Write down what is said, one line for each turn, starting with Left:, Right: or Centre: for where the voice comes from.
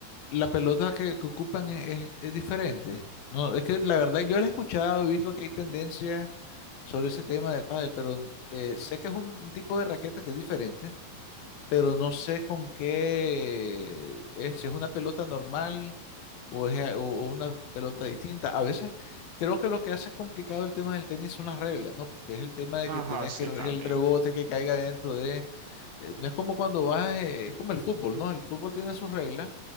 Left: la pelota que, que ocupan es, es- es diferente. No, es que la verdad yo la he escuchado, he visto que hay tendencia sobre ese tema del pádel, pero eh, sé que es un tipo de raqueta que es diferente pero no sé con qué es, si es una pelota normal o es a- o- o una pelota distinta. A veces creo que lo que hace complicado el tema del tenis son las reglas, ¿no? Porque es el tema de
Right: Ajá,
Left: que tenés
Right: sí,
Left: que re-
Right: también.
Left: el rebote que caiga dentro de, eh, no es como cuando vas, eh, es como el fútbol, ¿no? El fútbol tiene sus reglas,